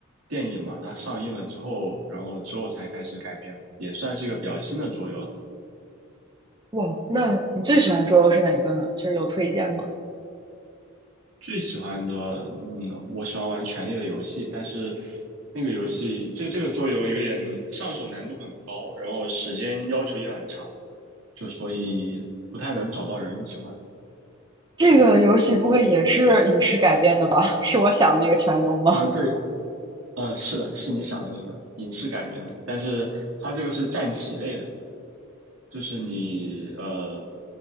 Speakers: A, on the right; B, on the right.
A: 电影嘛，它上映了之后，然后之后才开始改编，也算是一个比较新的桌游了。
B: 哇，那你最喜欢桌游是哪个呢？就是有推荐吗？
A: 最喜欢的，嗯，我喜欢玩《权力的游戏》，但是那个游戏这这个桌游有点上手难度很高，然后时间要求也很长，就所以不太能找到人一起玩。
B: 这个游戏不会也是影视改编的吧？<laughs> 是我想的那个全游吗？
A: 嗯，呃对，嗯，是的，是你想的那个影视改编的，但是它这个是战棋类的。就是你呃，